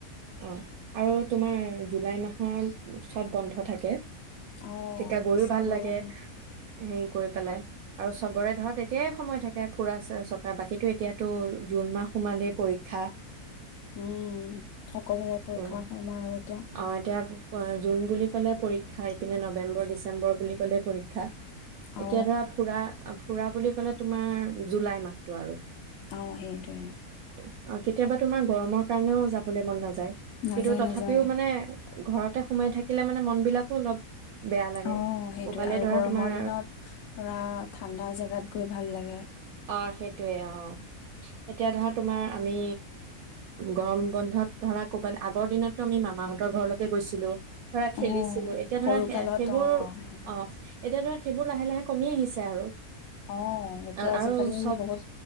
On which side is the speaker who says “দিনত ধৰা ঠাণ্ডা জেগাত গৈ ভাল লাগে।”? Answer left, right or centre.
Left